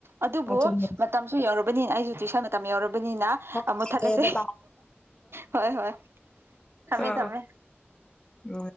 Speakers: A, on the right; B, on the left.
A: ꯑꯗꯨꯕꯨ
B: ꯑꯗꯨꯅꯦ
A: ꯃꯇꯝꯁꯨ ꯌꯧꯔꯕꯅꯤꯅ ꯑꯩꯁꯨ ꯇꯨꯋꯏꯁꯟ ꯃꯇꯝ ꯌꯧꯔꯕꯅꯤꯅ
B: ꯑꯣꯀꯦ
A: ꯃꯨꯠꯊꯠꯂꯁꯦ
B: ꯕꯥꯏ
A: ꯍꯣꯏ ꯍꯣꯏ ꯊꯝꯃꯦ
B: ꯑ
A: ꯊꯝꯃꯦ
B: ꯎ